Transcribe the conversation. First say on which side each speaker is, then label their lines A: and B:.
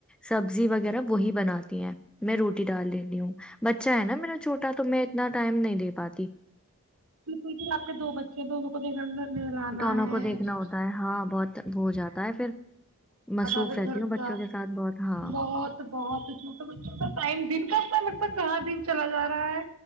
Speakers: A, in the centre; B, on the right.
A: سبزی وغیرہ وہی بناتی ہیں میں روٹی ڈال لی ہوں ب اچھا ہے نا میرا چھوٹا تو میں اتنا ٹائم نہیں دے پاتی
B: بالکل ج آ کے دو بچے ہیں دونوں کو دیکھا ملانا
A: دونوں
B: ہے
A: کو دیکھنا
B: زدہ
A: ہوتا ہے ہاں بہت وہ ہو جاتا ہے پھر مصروف
B: پھر
A: رہتی
B: گھر
A: ہوں بچوں
B: کا
A: کے ساتھ بہت ہاں
B: بہت بہت چھوٹے بچوں کا ٹائم دن کا اپ م کہاں دن چلا جا رہا ہے